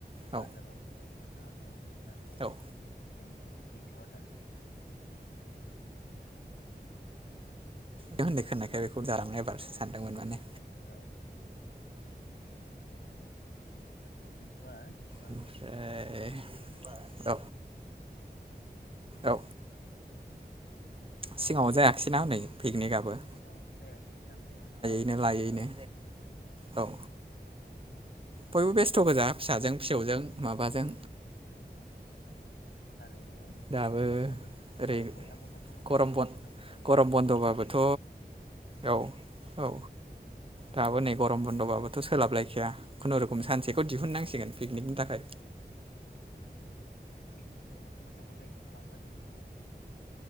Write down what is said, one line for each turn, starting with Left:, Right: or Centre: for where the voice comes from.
Right: औ
Left: बाजारावबो मोननो हागौ नाथाय
Right: औ
Left: जोंनियावथ' गैथ'आ दा।
Right: नों होननाय खोननायखाय बेखौ जालांबाय एबारसो सानदोंमोन माने।
Left: औ औ दाथ' गैथ'वा सि
Right: ओमफ्राय औ
Left: औ
Right: औ। सिगाङाव जायाखैसैना हनै पिकनिकआबो।
Left: सिगाङावथ' जायासै जानाया।
Right: बिनो लायैनो औ। बयबो बेस्थ' गोजा फिसाजों फिसौजों माबाजों।
Left: थारैनो
Right: दाबो
Left: बयहाबो
Right: ओरै
Left: बयहाबो गथ' गथायनो
Right: गरम
Left: सम
Right: बन
Left: होनांगौ जायो
Right: गरम बन्द'बाबोथ'
Left: ओंखायनो।
Right: औ औ दाबो नै गरम बन्द'बाबोथ' सोलाबलायखाया। खुनुरुखुम सानसेखौ दिहुननांसिगोन पिकनिकनि थाखाय।
Left: औ पिकनिकआव गथ' गथायखौबो लांफाजोबनांगौ।